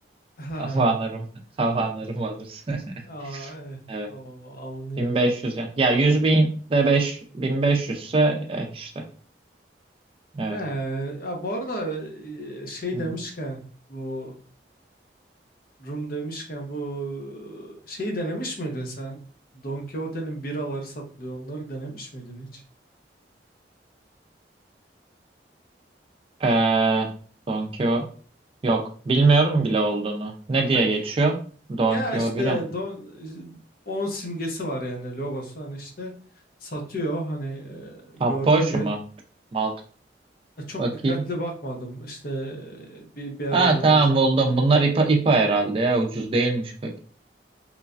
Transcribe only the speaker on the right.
Havana Rum. <laughs> Havana Rum alırsın.
<laughs>
Evet.
1500 yani. Ya 100 bin de 5, 1500 ise e, işte. Evet.
Hı hı.
Ee, Don Quijote yok. Bilmiyorum bile olduğunu. Ne diye
geçiyor?
Don
Quijote
bira mı?
Tapboş
mu? Malt.
Bakayım.
Ha
tamam buldum. Bunlar IPA, IPA herhalde ya. Ucuz değilmiş pek.